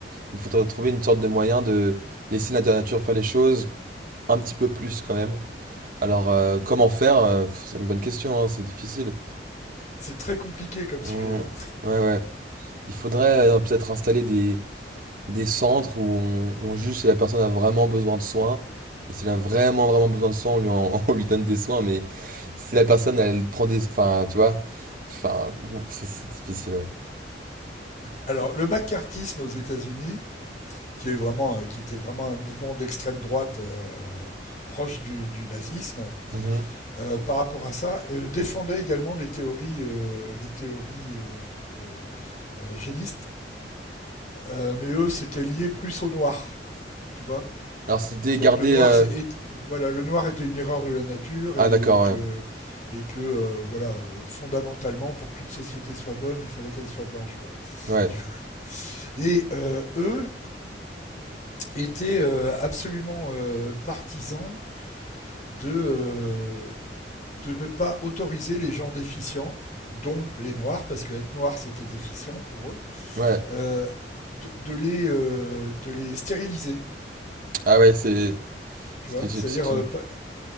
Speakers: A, on the right; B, on the left.
A: Il faudrait trouver une sorte de moyen de laisser la nature faire les choses un petit peu plus quand même. Alors, euh, comment faire? euh, c'est une bonne question, hein, c'est difficile.
B: c'est très compliqué comme
A: Hmm,
B: sujet. Hein.
A: ouais, ouais. Il faudrait euh, peut-être installer des, des centres où on, on juge si la personne a vraiment besoin de soins. Et si elle a vraiment, vraiment besoin de soins, on lui, en- <laughs> on lui donne des soins. Mais si la personne, elle prend des... Enfin, tu vois. Enfin, bon, ça, c'est difficile, ouais.
B: Alors, le macartisme aux États-Unis, qui, est vraiment, euh, qui était vraiment un mouvement d'extrême droite euh, proche du, du nazisme,
A: Mhm.
B: euh, par rapport à ça, euh, défendait également les théories, euh, les théories euh, euh, euh, génistes Euh, mais eux, c'était lié plus au noir, tu vois.
A: Alors, c'était
B: C'est-à-dire
A: garder...
B: que le noir,
A: euh,
B: c'est et- voilà, le noir était une erreur de la nature
A: Ah,
B: et
A: d'accord,
B: que
A: ouais.
B: et que euh, voilà, euh, fondamentalement, pour qu'une société soit bonne, il fallait qu'elle soit blanche, quoi.
A: Ouais.
B: Tu vois. Et euh, eux étaient euh, absolument euh, partisans de euh, de ne pas autoriser les gens déficients, dont les noirs, parce que être noir c'était déficient pour eux,
A: Ouais.
B: euh, de, de les euh, de les stériliser.
A: Ah, ouais, c'est...
B: Tu
A: C'était
B: vois,
A: une-
B: c'est-à-dire
A: c'était
B: euh,
A: une-
B: pa-